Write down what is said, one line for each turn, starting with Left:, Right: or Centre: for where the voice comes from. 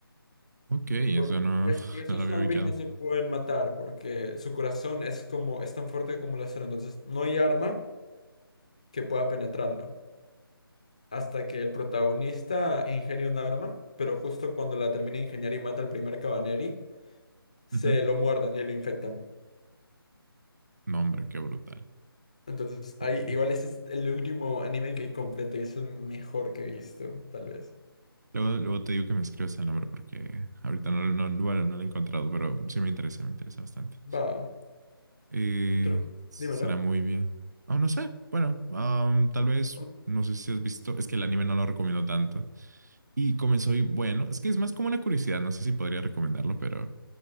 Right: Ok, eso
Left: Porque
Right: no,
Left: y es-
Right: <laughs>
Left: y esos
Right: no lo había
Left: zombies
Right: ubicado.
Left: no se pueden matar porque su corazón es como es tan fuerte como la acero, entonces no hay arma que pueda penetrarlo. Hasta que el protagonista ingenia un arma, pero justo cuando la termina de ingeniar y mata al primer Cabaneri, se
Right: Ujú.
Left: lo muerden y lo infectan.
Right: No, hombre, qué brutal.
Left: Entonces, ahí,
Right: Oye.
Left: igual este es el último anime que completé, es el mejor que he visto, tal vez.
Right: Luego, luego te digo que me escribas el nombre porque ahorita no, no, bueno, no lo he encontrado, pero sí me interesa, me interesa bastante.
Left: Va,
Right: Eh,
Left: otro,
Right: será
Left: dímelo.
Right: muy bien. Oh, no sé. Bueno, am, tal vez,
Left: Ot-
Right: no sé si has visto, es que el anime no lo recomiendo tanto. Y comenzó y bueno, es que es más como una curiosidad, no sé si podría recomendarlo, pero